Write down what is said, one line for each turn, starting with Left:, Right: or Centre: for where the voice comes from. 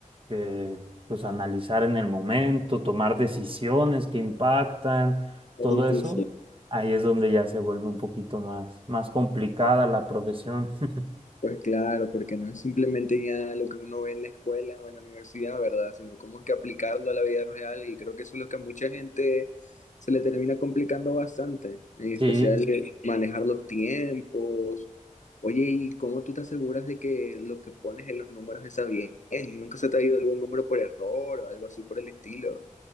Right: que, pues analizar en el momento, tomar decisiones que impactan,
Left: es
Right: todo
Left: difícil.
Right: Ujú. eso, ahí es donde ya se vuelve un poquito más, más complicada la profesión. <laughs>
Left: Pues claro, porque no es simplemente ya lo que uno ve en la escuela o en la universidad, ¿verdad? Sino cómo es que aplicarlo a la vida real y creo que eso es lo que a mucha gente se le termina complicando bastante, en especial
Right: Sí,
Left: Sí. manejar los tiempos. Oye, ¿y cómo tú te aseguras de que lo que pones en los números está bien? ¿Nunca se te ha ido algún número por error o algo así por el estilo?